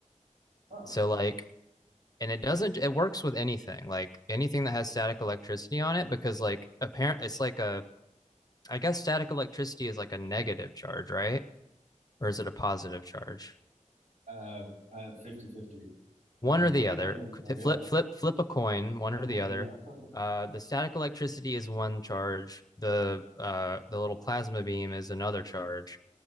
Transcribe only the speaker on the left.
So like and it doesn't it works with anything, like anything that has static electricity on it because like apparent it's like a I guess static electricity is like a negative charge, right? Or is it a positive charge?
one
or the
other.
Flip, flip, flip a coin, one
or the other.
Uh, the static electricity is one charge. The uh, the little plasma beam is another charge.